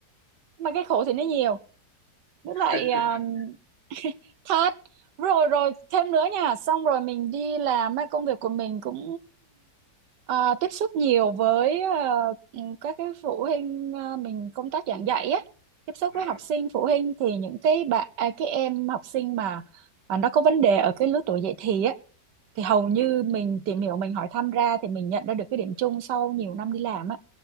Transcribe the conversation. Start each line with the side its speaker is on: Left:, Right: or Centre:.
Right: mà cái khổ thì nó nhiều với lại
Left: <laughs>
Right: um, <laughs> thát rồi rồi thêm nữa nha xong rồi mình đi làm á, công việc của mình cũng ờ, tiếp xúc nhiều với ờ, các cái phụ huynh ờ, mình công tác giảng dạy á tiếp xúc
Left: ừ.
Right: với học sinh phụ huynh thì những cái bạn à, cái em học sinh mà mà nó có vấn đề ở cái lứa tuổi dậy thì á thì hầu như
Left: ừ.
Right: mình tìm hiểu mình hỏi thăm ra thì mình nhận ra được cái điểm chung sau nhiều năm đi làm á